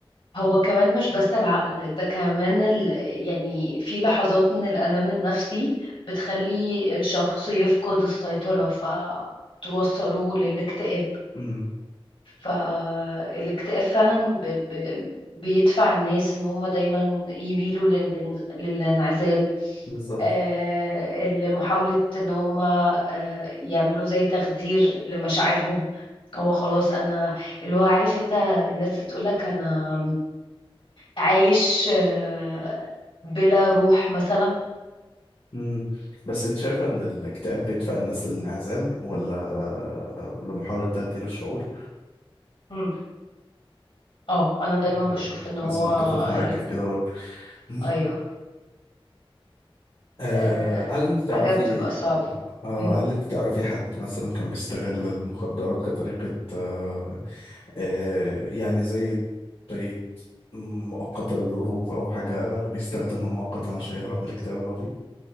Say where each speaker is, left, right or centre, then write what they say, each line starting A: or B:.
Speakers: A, on the left; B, on the left.
A: هو كمان مش بس العقل ده كمان ال... يعني في لحظات من الألم النفسي بتخلي الشخص يفقد السيطرة فتوصله للاكتئاب
B: امم
A: فالاكتئاب فعلا ب... ب... بيدفع الناس ان هم دايما يميلوا للإن... للانعزال
B: بالظبط
A: آه، لمحاولة ان هم آه، يعملوا زي تخدير لمشاعرهم هو خلاص انا اللي هو عارف انت الناس اللي تقولك انا عايش آه، بلا روح مثلا
B: مم. بس انت شايفة ان الاكتئاب بيدفع الناس للانعزال ولا لمحاولة تغيير الشعور؟
A: امم اه انا دايما بشوف
B: آه،
A: ان هو
B: حاسس انا اتفق معاك
A: اللي
B: في كده برضه مم.
A: ايوه
B: آه،
A: آه،
B: هل انت تعرفي
A: حاجه بتبقى صعبه
B: آه، آه،
A: امم
B: هل انت تعرفي حد مثلا كان بيستغل المخدرات كطريقة آه، آه، يعني زي طريقة مؤقتة للهروب او حاجة بيستخدمها مؤقتا عشان يهرب من الاكتئاب اللي هو فيه؟